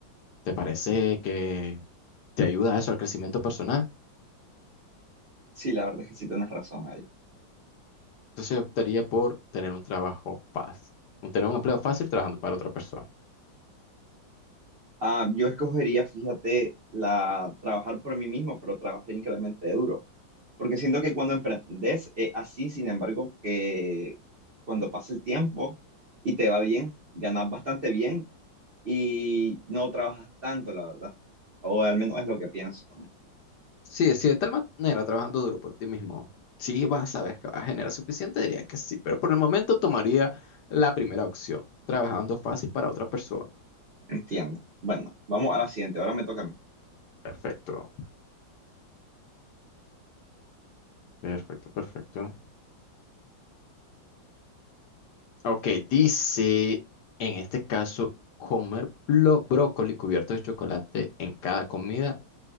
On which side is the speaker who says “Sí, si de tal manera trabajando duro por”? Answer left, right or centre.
Left